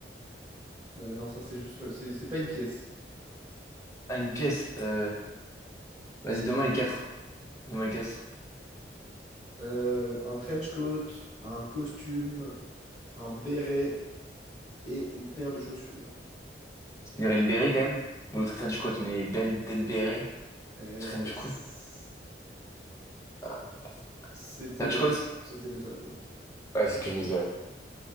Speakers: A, on the right (about 15°); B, on the left (about 15°).
A: Euh, non, ça c'est juste, le- c'est c'est pas une pièce.
B: Ah, une pièce. Euh, vas-y, donne-moi les quatre. Donne-moi les quatre.
A: Euh, un trench coat, un costume, un béret et une paire de chaussures.
B: Il y aurait le béret quand même. Ou le trench coat, mais bête, tête béret.
A: Euh,
B: Trench
A: c-
B: coat. Ah.
A: c'était
B: Trench
A: le,
B: coat?
A: c'était le trench coat.
B: Ouais, c'est ce que je me dis, ouais.